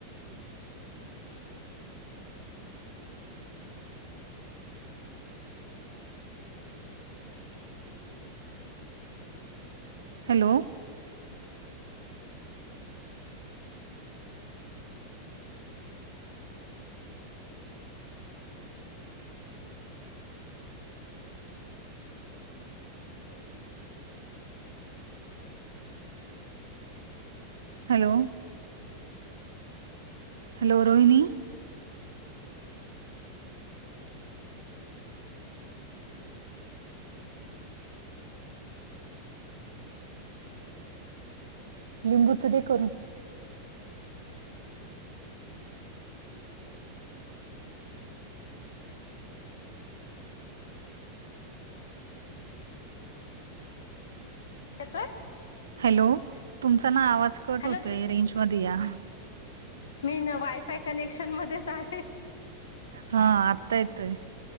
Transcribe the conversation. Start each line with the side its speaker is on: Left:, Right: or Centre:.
Right: हॅलो हॅलो हॅलो रोहिनी लिंबूचं दे करून
Left: यात
Right: हॅलो तुमचा ना आवाज कट
Left: हॅलो
Right: होतोय रेंज मध्ये या
Left: मी ना वायफाय कनेक्शन मध्येच आहे.
Right: हा आत्ता येतोय